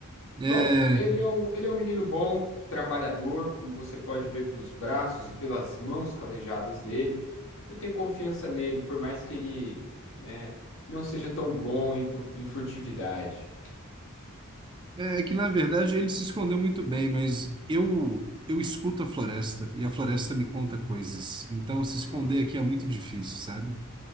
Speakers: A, on the right; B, on the left.
A: É,
B: Bom, ele é um, ele é um menino bom, trabalhador, como você pode ver pelos braços e pelas mãos calejadas dele. Eu tenho confiança nele, por mais que ele, né, não seja tão bom em, pu- em furtividade.
A: é é que, na verdade, ele se escondeu muito bem, mas eu, eu escuto a floresta e a floresta me conta coisas. Então, se esconder
B: Hum,
A: aqui é muito difícil, sabe?